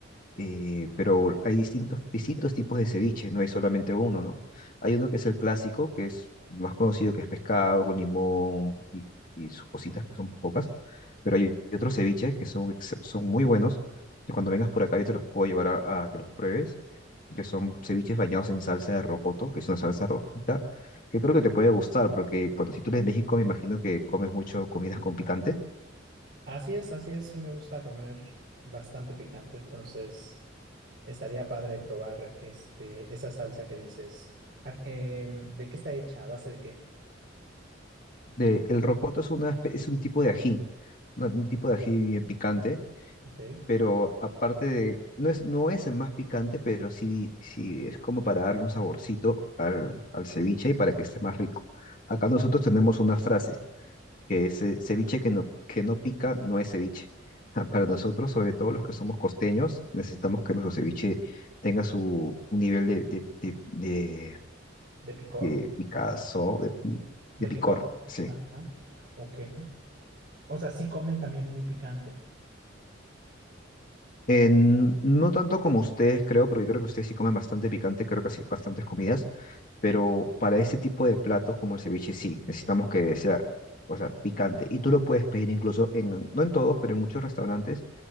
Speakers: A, on the left (about 45°); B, on the right (about 60°).
A: eh, pero hay distintos, distintos tipos de ceviche, no hay solamente uno, ¿no? Hay uno que es el clásico, que es más conocido, que es pescado con limón y, y sus cositas que son pocas, pero hay otros ceviches que son, ex- son muy buenos, y cuando vengas por acá yo te los puedo llevar a, a que los pruebes, que son ceviches bañados en salsa de rocoto, que es una salsa rojita, que creo que te puede gustar, porque cuando si tú eres de México me imagino que comes mucho comidas con picante.
B: Así es, así es, sí me gusta comer bastante picante, entonces... Estaría padre probar este, esa salsa que dices. Ah, em, ¿de qué está hecha? ¿A base de qué?
A: de- el rocoto es, una, espe- es un tipo de ají, una- un tipo de ají bien picante,
B: Ok.
A: pero aparte de, no es, no es el más picante, pero sí, sí es como para darle un saborcito al, al ceviche y para que esté más rico. Acá nosotros tenemos una frase que es eh, ceviche que no, que no pica no es ceviche. <laughs> Ah, Para nosotros, sobre todo los que somos costeños, necesitamos que nuestro ceviche tenga su un nivel de, de, de, de,
B: ¿De picor?
A: de picazón, de,
B: De
A: de picor,
B: picor.
A: sí
B: Ajá. Ok. O sea, sí comen también muy picante.
A: Eh, n- no tanto como ustedes, creo, porque creo que ustedes sí comen bastante picante, creo que sí, bastantes comidas, pero para ese tipo de platos como el ceviche sí, necesitamos que sea, o sea, picante. Y tú lo puedes pedir incluso en, no en todos, pero en muchos restaurantes,